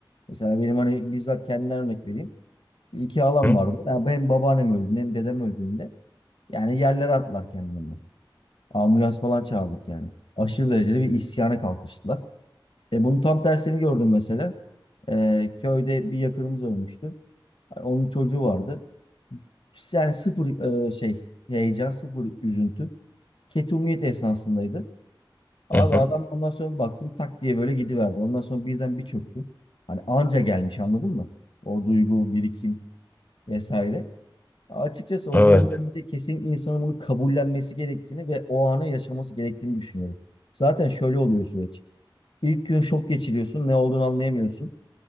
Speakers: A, on the left; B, on the left.
A: Mesela benim hani bizzat kendimden örnek vereyim. İki halam
B: Hı,
A: vardı. Ya benim babaannem öldüğünde hem dedem öldüğünde yani yerlere attılar kendilerini. Ambulans falan çağırdık yani. Aşırı derecede bir isyana kalkıştılar. E bunun tam tersini gördüm mesela. E, köyde bir yakınımız ölmüştü. Onun çocuğu vardı. Yani sıfır e, şey heyecan, sıfır üzüntü. Ketumiyet esnasındaydı. Abi
B: hı, hı.
A: adam ondan sonra baktım tak diye böyle gidiverdi. Ondan sonra birden bir çöktüm. Hani anca gelmiş anladın mı? O duygu, birikim vesaire. Açıkçası o
B: Evet.
A: durumda bence kesin insanın bunu kabullenmesi gerektiğini ve o anı yaşaması gerektiğini düşünüyorum. Zaten şöyle oluyor süreç. İlk gün şok geçiriyorsun, ne olduğunu anlayamıyorsun.